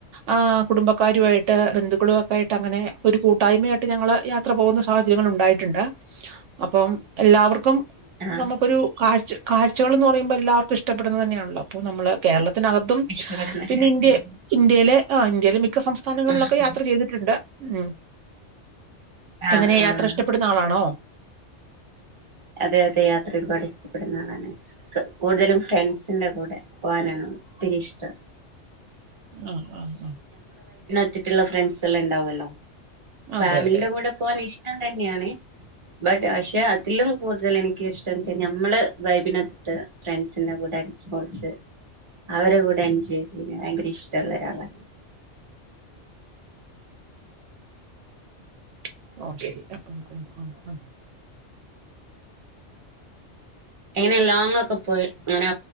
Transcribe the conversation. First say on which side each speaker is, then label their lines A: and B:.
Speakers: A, on the right; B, on the right.
A: ആ കുടുംബക്കാരുമായിട്ട് ബന്ധുക്കളും ഒക്കെ ആയിട്ട് അങ്ങനെ ഒരു കൂട്ടായ്മയായിട്ട് ഞങ്ങള് യാത്ര പോകുന്ന സാഹചര്യങ്ങൾ ഉണ്ടായിട്ടുണ്ട് അപ്പം എല്ലാവർക്കും
B: ആഹ്
A: നമുക്കൊരു കാഴ്ച കാഴ്ചകൾ എന്നു പറയുമ്പോൾ എല്ലാവർക്കും ഇഷ്ടപ്പെടുന്ന തന്നെയാണല്ലോ അപ്പോൾ നമ്മള് കേരള ത്തിനകത്തും
B: ഇഷ്ടപ്പെടുന്ന
A: പിന്നെ
B: ഒരു കാര്യം
A: ഇന്ത്യ ഇന്ത്യയിലെ ആഹ് ഇന്ത്യയിലെ മിക്ക സംസ്ഥാനങ്ങളിലൊക്കെ
B: ആഹ്
A: യാത്ര ചെയ്തിട്ടുണ്ട് ഉം
B: ആഹ്
A: എങ്ങനെയാ
B: ആഹ്
A: യാത്ര ഇഷ്ടപ്പെടുന്ന ആളാണോ
B: അതെ അതെ ഒരുപാട് ഇഷ്ടപ്പെടുന്ന ആളാണ് കൂടുതലും ഫ്രണ്ട്സിന്റെ കൂടെ പോകാനാണ് ഒത്തിരി ഇഷ്ടം
A: ഉം <inaudible>
B: ത്തിട്ടുള്ള ഫ്രണ്ട്സ് എല്ലാം ഉണ്ടാവുമല്ലോ ഫാമിലിയുടെ
A: അതെ അതെ അതെ
B: കൂടെ പോകൻ ഇഷ്ടം തന്നെയാണ് ബട്ട് പക്ഷെ അതിലും കൂടുതൽ എനിക്ക് ഇഷ്ടം വെച്ചൽ നമ്മള് വൈബിനൊത്ത് ഫ്രണ്ട്സിന്റെ കൂടെ അടിച്ചു പൊളിച്ച് അവരെ കൂടെ <unintelligible> ഭയങ്കര ഇഷ്ടമുള്ള ഒരാളാ
A: <inaudible>
B: എങ്ങനെ ലോങ്ങൊക്കെ പോയി അങ്ങനെ